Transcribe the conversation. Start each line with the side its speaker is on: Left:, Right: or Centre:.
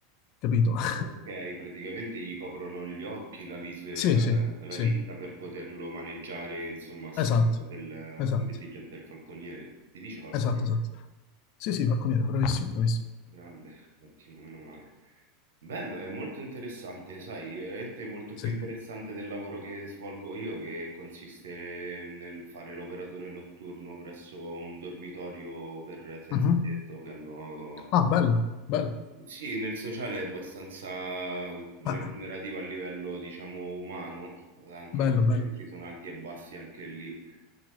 Left: capito? <laughs>
Right: Okay, praticamente gli coprono gli occhi, la vis la
Left: Sì, sì,
Right: la
Left: sì.
Right: vista per poterlo maneggiare, insomma, a seconda
Left: Esatto,
Right: del
Left: esatto,
Right: dell'esigenza del falconiere. Si dice falconiere?
Left: esatto, esatto. Sì, sì, Falconiere, bravissimo, bravissimo.
Right: Grande, ottimo, meno male. Bello, è molto interessante, sai, veramente molto
Left: Sì.
Right: più interessante del lavoro che svolgo io, che consiste nel fare l'operatore notturno presso un dormitorio per senza
Left: Mhm.
Right: tetto che hanno
Left: Ah, bello, bello,
Right: Sì, nel sociale è abbastanza remunerativo
Left: Ah,
Right: a livello, diciamo, umano, anche
Left: bello,
Right: se
Left: bello.
Right: ci sono alti e bassi anche lì.